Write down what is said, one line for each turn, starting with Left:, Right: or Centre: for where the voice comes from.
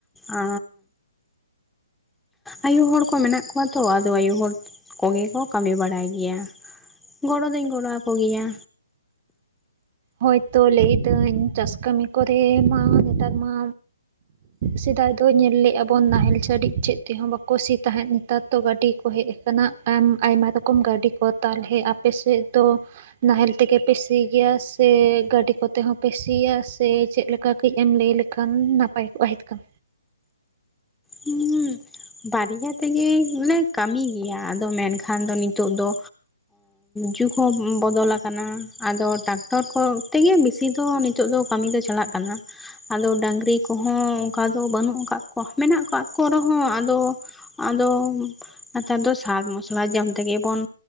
Centre: ᱟ ᱟᱭᱩ ᱦᱚᱲ ᱠᱚ ᱢᱮᱱᱟᱜ ᱠᱚᱣᱟ ᱛᱚ ᱟᱫᱚ ᱟᱭᱩ ᱦᱚᱲ ᱠᱚᱜᱮ ᱠᱚ ᱠᱟᱹᱢᱤ ᱵᱟᱲᱟᱭ ᱜᱮᱭᱟ ᱜᱚᱲᱚ ᱫᱩᱧ ᱜᱚᱲᱚ ᱟᱠᱚ ᱜᱮᱭᱟ
Right: ᱦᱳᱭᱛᱚ ᱞᱟᱹᱭᱫᱟᱹᱧ ᱪᱟᱥ ᱠᱟᱹᱢᱤ ᱠᱚᱨᱮ ᱢᱟ ᱱᱮᱛᱟᱨ ᱢᱟ ᱥᱮᱫᱟᱭ ᱫᱚ ᱧᱮᱞ ᱞᱮᱼᱟ ᱵᱚᱱ ᱱᱟᱦᱮᱞ ᱪᱷᱟ. ᱰᱤᱡ ᱪᱮᱫ ᱛᱮᱦᱚᱸ ᱵᱟᱠᱚ ᱥᱤ ᱛᱟᱦᱮᱸᱫ ᱱᱮᱛᱟᱨ ᱫᱚ ᱜᱟᱹᱰᱤ ᱠᱚ ᱦᱮᱡ ᱟᱭᱢᱟ ᱨᱚᱠᱚᱢ ᱜᱟᱹᱰᱤ ᱠᱚ ᱛᱟᱦᱚᱞᱮ ᱟᱯᱮ ᱥᱮᱫ ᱫᱚ ᱱᱟᱦᱮᱞ ᱛᱮᱜᱮ ᱯᱮ ᱥᱤ ᱜᱮᱭᱟ ᱥᱮ ᱥᱮ ᱜᱟᱹᱰᱤ ᱠᱚᱛᱮ ᱦᱚᱸ ᱯᱮ ᱥᱤᱭᱟ ᱥᱮ ᱪᱮᱫ ᱞᱮᱠᱟ ᱠᱟᱹᱡ ᱮᱢ ᱞᱟᱹᱭ ᱞᱮᱠᱷᱟᱱ ᱱᱟᱯᱟᱭ ᱠᱚᱜᱼᱟ ᱦᱤᱛ ᱠᱟᱞ
Centre: ᱦᱩᱸ ᱵᱟᱨᱭᱟ ᱛᱮᱜᱮᱞᱮ ᱠᱟᱹᱢᱤ ᱜᱮᱭᱟ ᱟᱫᱚ ᱢᱮᱱᱠᱷᱟᱱ ᱫᱚ ᱱᱤᱛᱚᱜ ᱫᱚ ᱡᱩᱜᱽ ᱦᱚᱸ ᱵᱚᱫᱚᱞ ᱠᱟᱱᱟ ᱟᱫᱚ ᱴᱨᱟᱠᱴᱚᱨ ᱠᱚ ᱛᱮᱜᱮ ᱵᱮᱥᱤ ᱫᱚ ᱱᱤᱛᱚᱜ ᱫᱚ ᱠᱟᱹᱢᱤ ᱫᱚ ᱪᱟᱞᱟᱜ ᱠᱟᱱᱟ ᱟᱫᱚ ᱰᱟᱹᱝᱨᱤ ᱠᱚᱦᱚᱸ ᱚᱱᱠᱟ ᱫᱚ ᱵᱟᱹᱱᱩᱜ ᱟᱠᱟᱫ ᱠᱚᱣᱟ ᱢᱮᱱᱟᱜ ᱠᱟᱜ ᱠᱚ ᱨᱮᱦᱚᱸ ᱟᱫᱚ ᱫᱚ ᱟᱫᱚ ᱱᱮᱛᱟᱨ ᱫᱚ ᱥᱟᱠ ᱢᱚᱥᱞᱟ ᱡᱚᱢ ᱛᱮᱜᱮ ᱵᱚᱱ